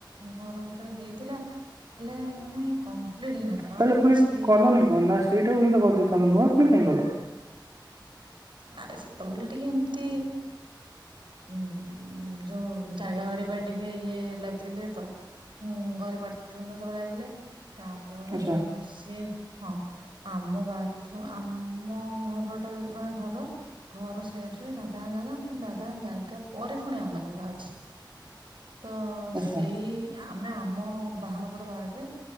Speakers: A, on the right; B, on the right.
A: ଘର ଭିତରେ ହେଇଥିଲା ହେଲେ ମାନେ କମ୍ପ୍ଲିଟ ହେଇନଥିଲା
B: ତାହେଲେ
A: ମାନେ
B: ପୁଣି
A: କିଛି
B: କଲନି କଣ ନା ସେଇଟାକୁ ତ କରିଦେଇଥାନ୍ତ ନୂଆ ପୁଣି କାହିଁ ଗଲ
A: ଆରେ ସେତେବେଳେ ଟିକେ ଏମତି ଉ ଯୋଉ ଜାଗା ବାଡି ପାଇଁ ଟିକେ ଇଏ ଲାଗ ଗଲେ ତ ଘରେ ବାୁଣ୍ଡ ସବୁ ଲାଗିଲେ ତାପରେ
B: ଆଚ୍ଛା
A: ସିଏ ହଁ ଆମ ବାଥରୁମ ଆମ ଘର ଟା ଯୋଉ ମାନେ ଘର ଘର ସାଇଡ ରେ ଦାଦାଙ୍କ ଜାଗା ପୁଣି ଦାଦା ଜାଗା ପରେ ପୁଣି ଆମ ଜାଗା ଅଛି। ତ
B: ଆଚ୍ଛା
A: ସେଇ। ଆମେ ଆମ। ବାହାର ପଟେ ବାହାରରେ